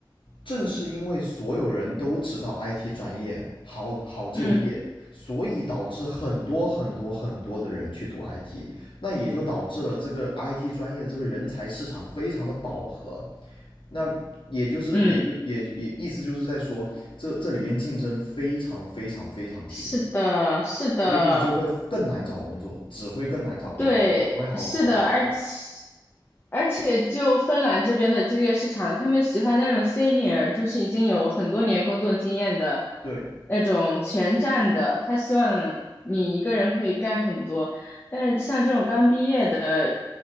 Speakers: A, on the left; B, on the left.
A: 正是因为所有人都知道 IT 专业好好就业，
B: 嗯
A: 所以导致很多很多很多的人去读 IT，那也就导致了这个 IT 专业的这个人才市场非常的饱和。那也就是也就也也意思就是在说，
B: 嗯，
A: 这这里面竞争非常非常非常激烈，
B: 是的，是的，
A: 所以你就会更难找工作，只会更难找工作，
B: 对，
A: 不会不会好好找工作。
B: 是的，而且而且就芬兰这边的就业市场，他们喜欢那种 senior，就是已经有很多年工作经验的
A: 对，
B: 那种全站的，他希望你一个人可以干很多，但是像这种刚毕业的，